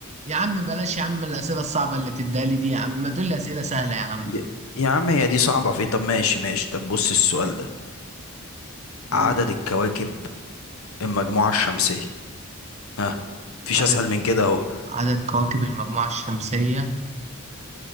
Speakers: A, on the right; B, on the left.
A: يا عم بلاش يا عم الأسئلة الصعبة اللي بتديها لي دي يا عم ما تقول لي أسئلة سهلة يا عم
B: يا يا عم هي دي صعبة في ايه طب ماشي ماشي طب بص السؤال ده
A: قول
B: عدد الكواكب المجموعة الشمسية ها مفيش
A: عدد
B: اسهل من كده اهو
A: عدد كواكب المجموعة الشمسية